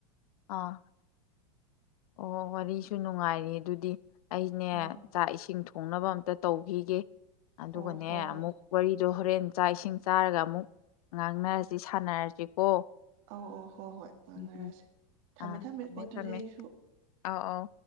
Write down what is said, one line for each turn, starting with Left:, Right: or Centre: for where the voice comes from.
Left: ꯑꯥ ꯑꯣ ꯋꯥꯔꯤꯁꯨ ꯅꯨꯡꯉꯥꯏꯔꯤ ꯑꯗꯨꯗꯤ ꯑꯩꯅꯦ
Right: ꯑꯥ
Left: ꯆꯥꯛ ꯏꯁꯤꯡ ꯊ ꯍꯣꯡꯅꯕ ꯑꯝꯇ ꯇꯧꯈꯤꯒꯦ ꯑꯗꯨꯒꯅꯦ
Right: ꯑꯣ ꯍꯣ ꯍꯣꯏ
Left: ꯑꯃꯨꯛ ꯋꯥꯔꯤꯗꯣ ꯍꯣꯔꯦꯟ ꯆꯥꯛ ꯏꯁꯤꯡ ꯆꯥꯔꯒ ꯑꯃꯨꯛ ꯉꯥꯡꯅꯔꯁꯤ ꯁꯥꯟꯅꯔꯁꯤꯀꯣ
Right: ꯑꯧ ꯑꯧ ꯍꯣ ꯍꯣꯏ ꯉꯥꯡꯅꯔꯁꯤ
Left: ꯎꯝ ꯎꯝ
Right: ꯊꯝꯃꯦ
Left: ꯑꯥ
Right: ꯊꯝꯃꯦꯀꯣ ꯑꯗꯨꯗꯤ
Left: ꯊꯝꯃꯦ
Right: ꯑꯩꯁꯨ
Left: ꯑꯥꯎ ꯑꯥꯎ